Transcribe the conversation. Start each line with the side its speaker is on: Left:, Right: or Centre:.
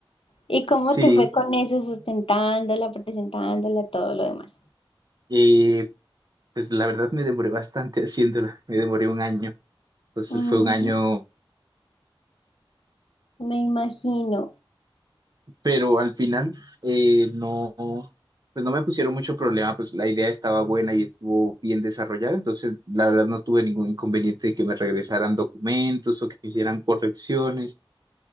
Left: ¿Y cómo
Right: Sí,
Left: te fue con eso, sustentándola, presentándola, todo lo demás?
Right: eh, pues la verdad me demoré bastante haciéndola, me demoré un año. Entonces
Left: Mm,
Right: fue un año
Left: me imagino.
Right: pero al final eh, no, pues no me pusieron mucho problema, pues la idea estaba buena y estuvo bien desarrollada, entonces la verdad no tuve ningún inconveniente de que me regresaran documentos o que me hicieran correcciones,